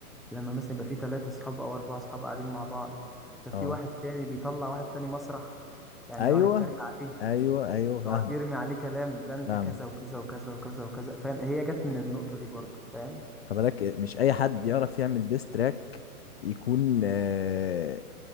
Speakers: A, in the centre; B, on the left.
A: لما مثلا يبقى في ثلاثة اصحاب او اربعة اصحاب قاعدين مع بعض ففي
B: اه
A: واحد تاني بيطلع واحد تاني مسرح يعني
B: ايوه
A: يقعد يتريق عليه
B: ايوه ايوه فاهم
A: يقعد يرمي عليه كلام ده انت
B: فاهم
A: كذا وكذا وكذا وكذا وكذا فاهم هي جت من النقطة دي برضو فاهم
B: خلي بالك مش اي حد يعرف يعمل ديستراك يكون آه،